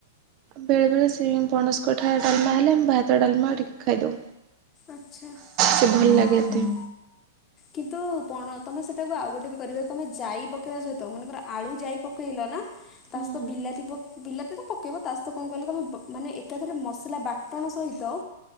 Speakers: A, on the right; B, on the left.
A: ବେଳେ ବେଳେ ସେ ପଣସ କଠା ଡାଲ୍ମା ହେଲେ ଭାତ୍ ଭାତ ଡାଲ୍ମା ଟିକେ ଖାଇଦଉ।
B: ଆଛା-
A: ସେ ଭଲ
B: ହଁ।
A: ଲାଗେ ଏତେ
B: କିନ୍ତୁ ପଣ ତମେ ସେଟାକୁ ଆଉ ଗୋଟେ ବି କରିବ ତମେ ଜାଇ ପକେଇବା ସହିତ ମନେକର ଆଳୁ, ଜାଇ ପକେଇଲ ନା ତା
A: ହୁଁ
B: ସତ
A: ହୁଁ
B: ବିିଲାତି ପ ବିଲାତି ତ ପକେଇବ ତା ସହିତ କଣ କହିଲ ତମେ ବ ମାନେ ଏକାଥରେ ମସଲା ବାଟଣ ସହିତ